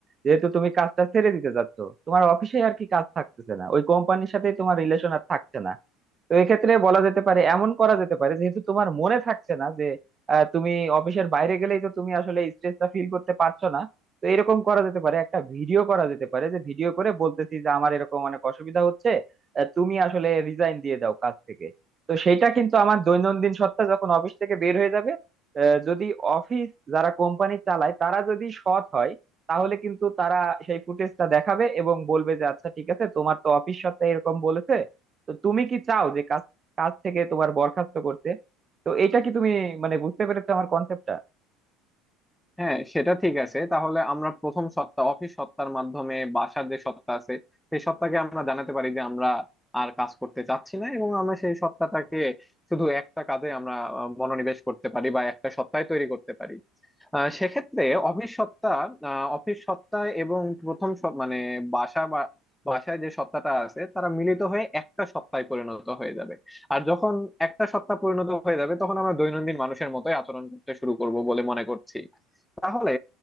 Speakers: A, on the right (about 35°); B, in the centre.
A: যেহেতু তুমি কাজটা ছেড়ে দিতে চাচ্ছ তোমার অফিসে আর কি কাজ থাকতেছে না ওই কোম্পানির সাথেই তোমার রিলেশন আর থাকছে না তো এক্ষেত্রে বলা যেতে পারে এমন করা যেতে পারে যেহেতু তোমার মনে থাকছে না যে আহ, তুমি অফিসের বাইরে গেলেই তো তুমি আসলে স্ট্রেসটা ফিল করতে পারছো না তো এরকম করা যেতে পারে একটা ভিডিও করা যেতে পারে যে ভিডিও করে বলতেছি যে আমার এরকম অনেক অসুবিধা হচ্ছে আহ, তুমি আসলে রিজাইন দিয়ে দাও কাজ থেকে তো সেটা কিন্তু আমার দৈনন্দিন সত্তা যখন অফিস থেকে বের হয়ে যাবে আহ, যদি অফিস যারা কোম্পানি চালায় তারা যদি সৎ হয় তাহলে কিন্তু তারা সেই ফুটেজটা দেখাবে এবং বলবে যে আচ্ছা ঠিক আছে তোমার তো অফিস সত্তা এরকম বলেছে তো তুমি কি চাও যে কাজ কাজ থেকে তোমার বরখাস্ত করতে তো এটা কি তুমি মানে বুঝতে পেরেছো আমার কনসেপ্টটা
B: হ্যাঁ সেটা ঠিক আছে তাহলে আমরা প্রথম সত্তা অফিস সত্তার মাধ্যমে বাসার যে সত্তা আছে সেই সত্তাকে আমরা জানাতে পারি যে আমরা আর কাজ করতে চাচ্ছি না এবং আমরা সেই সত্তাটাকে শুধু একটা কাজে আমরা আহ, মনোনিবেশ করতে পারি বা একটা সত্তায় তৈরি করতে পারি আহ, সেক্ষেত্রে অফিস সত্তা আহ, অফিস সত্তা এবং প্রথম সত- মানে বাসা বা বাসায় যে সত্তাটা আছে তারা মিলিত হয়ে একটা সত্তায় পরিণত হয়ে যাবে আর যখন একটা সত্তা পরিণত হয়ে যাবে তখন আমরা দৈনন্দিন মানুষের মতোই আচরণ করতে শুরু করব বলে মনে করছি তাহলে